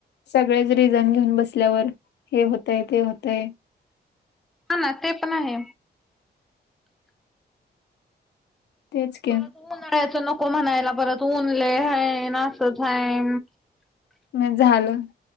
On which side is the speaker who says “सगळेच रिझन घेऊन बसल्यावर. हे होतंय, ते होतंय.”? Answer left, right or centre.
Left